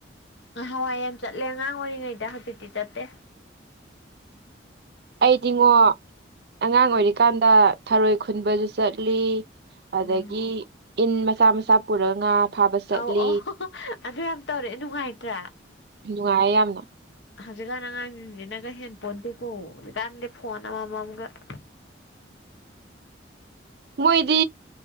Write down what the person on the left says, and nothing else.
ꯅꯍꯥꯋꯥꯏ ꯌꯥꯝ ꯆꯠꯂꯦ ꯑꯉꯥꯡ ꯑꯣꯏꯔꯤꯉꯩꯗ ꯍꯧꯖꯤꯛꯇꯤ ꯆꯠꯇꯦ
ꯎꯝ
ꯑꯧ ꯑꯣ ꯍꯣ ꯍꯣ ꯑꯗꯨ ꯌꯥꯝ ꯇꯧꯔꯛꯑꯦ ꯅꯨꯡꯉꯥꯏꯇ꯭ꯔꯥ
ꯍꯧꯖꯤꯛꯀꯥꯟ ꯑꯉꯥꯡꯖꯤꯡꯖꯤꯅꯒ ꯍꯦꯟꯄꯣꯟꯇꯦꯀꯣ ꯍꯧꯖꯤꯛꯀꯥꯟꯗꯤ ꯐꯣꯟ ꯑꯃꯃꯝꯒ <inaudible>